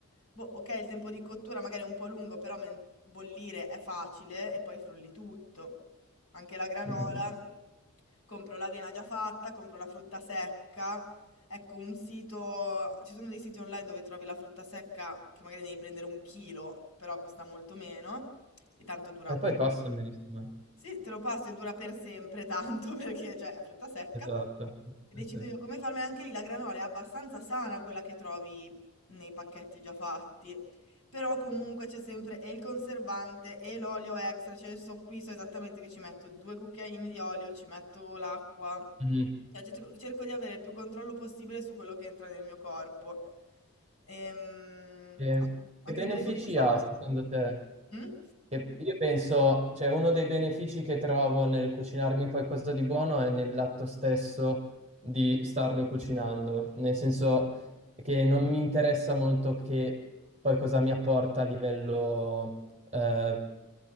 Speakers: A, on the left; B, on the right.
A: boh, ok, il tempo di cottura magari è un po' lungo, però men- bollire è facile e poi frulli tutto. Anche la granola,
B: mm. mm.
A: compro l'avena già fatta, compro la frutta secca Ecco, un sito, ci sono dei siti online dove trovi la frutta secca che magari devi prendere un chilo, però costa molto meno e tanto dura.
B: E poi passameli, insomma.
A: Sì, te lo passo e dura per sempre tanto <laughs> perché cioè, è frutta secca.
B: Esatto.
A: E decido
B: Eh
A: io come farmi anche lì la granola, è abbastanza sana quella che trovi nei pacchetti già fatti. Però comunque c'è sempre e il conservante e l'olio extra, cioè io so, qui so esattamente che ci metto due cucchiaini di olio, ci metto l'acqua,
B: sì. Mhm.
A: cioè, cer- cerco di avere il più controllo possibile su quello che entra nel mio corpo. Ehm,
B: E,
A: anche
B: che benefici
A: tipo le torte salate.
B: ha secondo te?
A: Mm?
B: Che io penso, cioè uno dei benefici che trovo nel cucinarmi qualcosa di buono è nell'atto stesso di starlo cucinando, nel senso che non mi interessa molto che poi cosa mi apporta a livello eh,